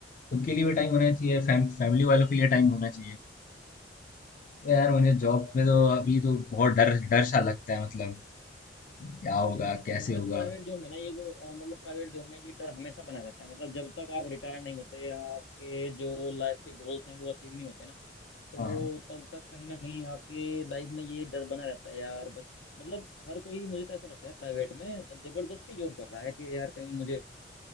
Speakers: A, on the left (about 45°); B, on the left (about 80°).
A: खुद के लिए भी टाइम
B: बिल्कुल
A: होना चाहिए
B: बिल्कुल
A: फैम, फैमिली वालों के लिए टाइम होना चाहिए यार मुझे जॉब में तो अभी तो बहुत डर डर सा लगता है मतलब क्या होगा कैसे
B: हाँ वैसे
A: होगा
B: प्राइवेट जॉब में ना ये जो अ, मतलब प्राइवेट जॉब में ये डर हमेशा बना रहता है मतलब जब तक आप रिटायर नहीं होते या आपके जो लाइफ के गोल्स हैं वो अचीव नहीं होते ना तो
A: हाँ
B: तब तक कहीं ना कहीं आपके लाइफ में ये डर बना रहता है यार बस मतलब हर कोई मुझे तो ऐसा लगता है प्राइवेट में जबरदस्ती जॉब कर रहा है कि यार कहीं मुझे अ,